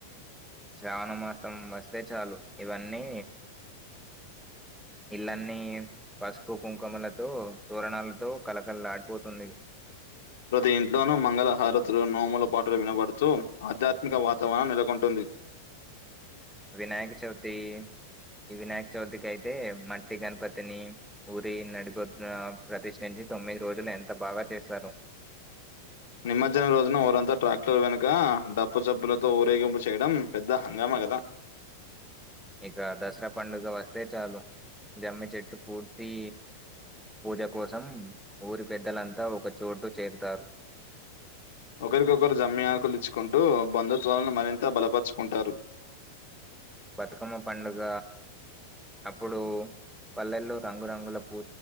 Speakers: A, in the centre; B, on the left (about 75°).
A: శ్రావణ మాసం వేస్తే చాలు ఇవి అన్నీ ఇల్లన్నీ పసుపు కుంకుమలతో తోరణాలతో కలకళలాడిపోతుంది
B: ప్రతి ఇంట్లోనూ మంగళహారతులు నోముల పాటలు వినబడుతూ ఆధ్యాత్మిక వాతావరణం నెలకొంటుంది
A: వినాయక చవితి ఈ వినాయక చవితికి అయితే మట్టి గణపతిని ఊరి నడి బొట్టు నా ప్రతిష్ఠించి తొమ్మిది రోజులు ఎంత బాగా చేస్తారు
B: నిమజ్జనం రోజున ఊరంతా ట్రాక్టర్లు వెనుక డప్పు చబ్ప్పులతో ఊరేగింపు చేయడం పెద్ద హంగామా కదా
A: ఇక దసరా పండుగ వస్తే చాలు జమ్మి చెట్టు పూర్తి పూజ కోసం ఊరి పెద్దలంతా ఒక చోటు చేరుతారు
B: ఒకరికొకరు జమి ఆకులిచ్చుకుంటూ బంధుత్వాలను మరింత బలపరుచుకుంటారు
A: బతుకమ్మ పండుగ అప్పుడు పల్లెల్లో రంగురంగుల పూ